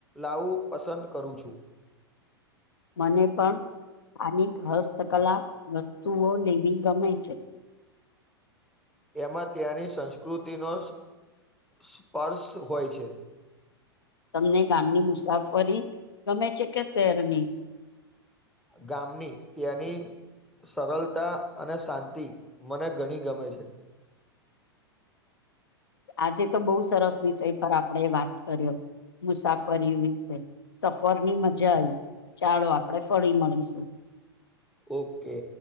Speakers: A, in the centre; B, on the left.
A: લાવું પસંદ કરું છું
B: <inaudible> મને પણ સ્થાનિક હસ્તકલા વસ્તુઓ લેવી ગમે છે <inaudible>
A: એમાં ત્યાંની સંસ્કૃતિનો સ્પર્શ હોય છે
B: તમને ગામની મુસાફરી ગમે છે કે શહેરની
A: ગામની ત્યાંની સરળતા અને શાંતિ મને ઘણી ગમે છે.
B: આજે તો બહુ સરસ વિષય પર આપણેે વાત કર્યો. મુસાફરી વિશે સફર ની મજા આવી. ચાલો આપડે ફરી મળીશું.
A: ઓકે.